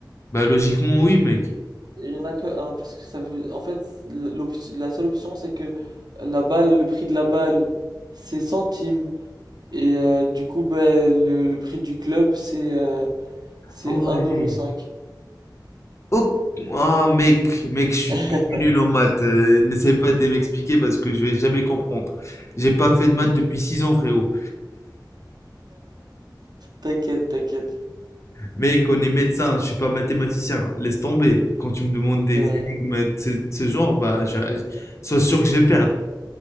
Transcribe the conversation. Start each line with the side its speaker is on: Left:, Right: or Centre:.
Left: Bah, logiquement, oui, mec.
Right: Il y en a que un, parce que ça veut... En fait, l'op- la seule option, c'est que la balle, le prix de la balle, c'est centimes. Et euh, du coup, bah, le, le prix du club, c'est euh, c'est
Left: Ah
Right: un
Left: ouais.
Right: euro cinq
Left: Oh, ah, mec, mec, je suis
Right: <laughs>
Left: nul en maths. Euh, n'essaie pas de m'expliquer parce que je vais jamais comprendre. J'ai pas fait de maths depuis 6 ans, frérot.
Right: T'inquiète, t'inquiète.
Left: Mec, on est médecin, je suis pas mathématicien. Laisse tomber. Quand tu me demandes des
Right: C'est vrai.
Left: énigmes de ce, de ce genre, bah, je, je- sois sûr que je vais perdre.